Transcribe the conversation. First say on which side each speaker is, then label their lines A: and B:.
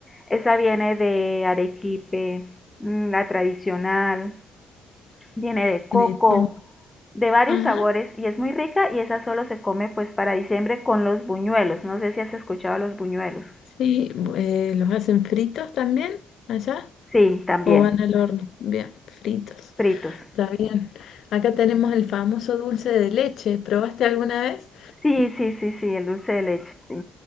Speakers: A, on the left; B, on the left.
A: Esa viene de arequipe, mm, la tradicional, viene de coco,
B: de todo.
A: de varios
B: Ajá,
A: sabores y es muy rica y esa solo se come pues para diciembre con los buñuelos. No sé si has escuchado los buñuelos.
B: sí, bu- eh, ¿los hacen fritos también allá?
A: Sí, también,
B: ¿O van al horno? Bien, fritos,
A: fritos.
B: está bien. Acá tenemos el famoso dulce de leche. ¿Probaste alguna vez
A: Sí, sí, sí, sí, el dulce de leche, sí.